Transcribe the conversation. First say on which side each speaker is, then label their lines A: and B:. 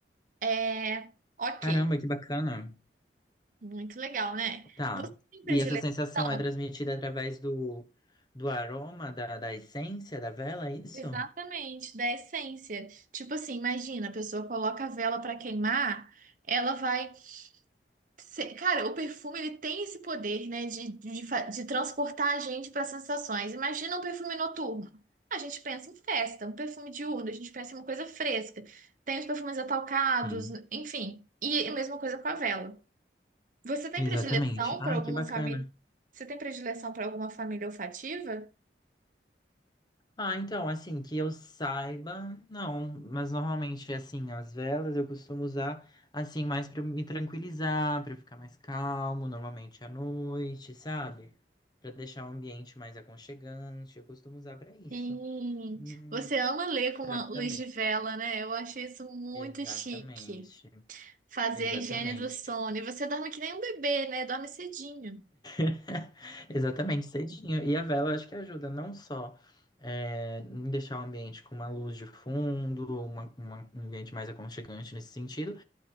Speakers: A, on the right; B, on the left.
A: É, ok,
B: Caramba, que bacana.
A: muito legal, né?
B: Tá.
A: Você tem
B: E
A: predileção?
B: essa sensação é transmitida através do, do aroma, da, da essência da vela, é isso?
A: Exatamente, da essência. Tipo assim, imagina, a pessoa coloca a vela pra queimar, ela vai. ser- Cara, o perfume ele tem esse poder, né, de, de, fa- de transportar a gente para sensações. Imagina um perfume noturno. A gente pensa em festa, um perfume diurno, a gente pensa em uma coisa fresca. Tem os perfumes atalcados,
B: Sim.
A: enfim. E a mesma coisa com a vela. Você tem
B: Exatamente.
A: predileção
B: Ai,
A: para alguma
B: que bacana.
A: família? Você tem predileção para alguma família olfativa?
B: Ah, então, assim, que eu saiba, não, mas normalmente, assim, as velas eu costumo usar, assim, mais pra me tranquilizar, pra eu ficar mais calmo, normalmente à noite, sabe? Pra deixar o ambiente mais aconchegante, eu costumo usar pra isso.
A: Sim,
B: Hum,
A: você ama ler com
B: tra-
A: uma luz
B: também.
A: de vela, né? Eu acho isso muito
B: Exatamente,
A: chique. Fazer
B: exatamente.
A: a higiene do sono. E você dorme que nem um bebê, né? Dorme cedinho.
B: <laughs> Exatamente, cedinho. E a vela acho que ajuda não só é, em deixar o ambiente com uma luz de fundo, uma- uma- um ambiente mais aconchegante nesse sentido,